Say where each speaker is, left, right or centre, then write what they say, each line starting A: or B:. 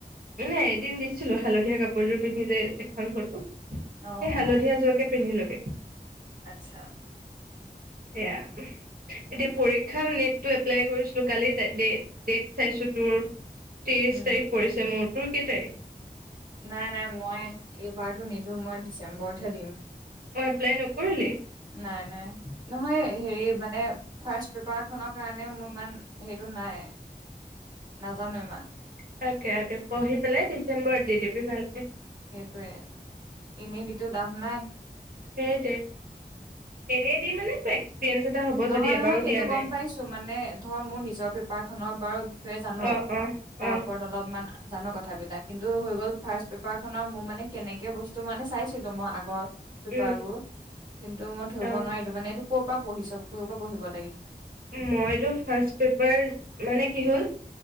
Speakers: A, on the right; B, on the right.
A: এদিন দিছিল ছিলো হালধীয়া কাপোৰযোৰ পিন্ধি যায় এখন ফটো এই
B: অ', অ',
A: হালধীয়া যোৱাকে পিন্ধিলো এ
B: আচ্ছা
A: সেয়া এতিয়া পৰীক্ষাও নেট টো এপ্লাই কৰিছিলো কলিিত দে ডেট চাইছো তোৰ ত্ৰিশ
B: উম,
A: তাৰিখ পৰিছে মোৰ তোৰ কেইটাই
B: নাই নাই মই এইবাৰতো নিদিো মই ডিচেম্বৰত ঠাডিম
A: অ এপ্লাই নকৰিলি
B: নাই নাই নহয় হেৰি মানে ফাৰ্ষট পেপাৰ খনৰ কাৰণে মোৰ ইমান হেৰিটো নাই নাজানো ইমান
A: তাকে তে পঢি পেলাই ডিচেম্বৰত দি দিবি ভাল
B: সেইটোৱে এনেই দিিতো লাভ নাই
A: সেইট এনে দি মানে পে পিপ্ৰেয়া এটা হ'ব
B: নহয়
A: যদিও এবাৰো
B: নহয় সেইটো
A: দিয়া
B: গম
A: নাই
B: পাইছো মানে ধৰ মোৰ নিজৰ পেপাৰ খনৰ বাৰু বিষয়ে জানো
A: অ অ
B: তাৰ
A: অ
B: ওপৰত অলপমান জানো কথা বিলাগ কিন্তু হৈ গ'ল ফাৰ্ষ পেপাৰ খনৰ মোৰ মানে কেনেকে বস্তু তোমালে চাইছো মই আগৰ
A: উম
B: পা বোৰ কিন্তু মই ধৰিব
A: অ
B: নোৱাৰিলোঁ মানে এইটো ক'ৰ পৰা পঢ়িছ কৰ পৰা পঢ়িবা
A: মইতো ফাৰ্ষ্ট পেপাৰ মানে কি হ'ল